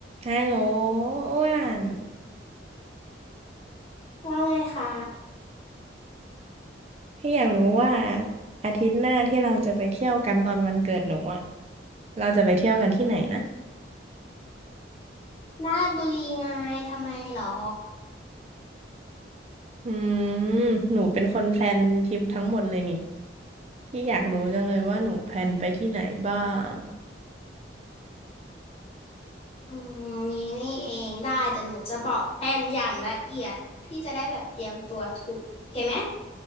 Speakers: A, on the right; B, on the left.
A: ฮัลโหลอ้วน
B: ว่าไงคะ
A: พี่อยากรู้ว่าอาทิตย์หน้าที่เราจะไปเที่ยวกันตอนวันเกิดหนูอ่ะเราจะไปเที่ยวกันที่ไหนนะ
B: ราชบุรีไงทำไมหรอ
A: อืมหนูเป็นคนแพลนทริปทั้งหมดเลยนี่พี่อยากรู้จังเลยว่าหนูแพลนไปที่ไหนบ้าง
B: อืมนี่นี่เองได้เดี๋ยวหนูจะบอกแผนอย่างละเอียดพี่จะได้แบบเตรียมตัวถูกโอเคไหม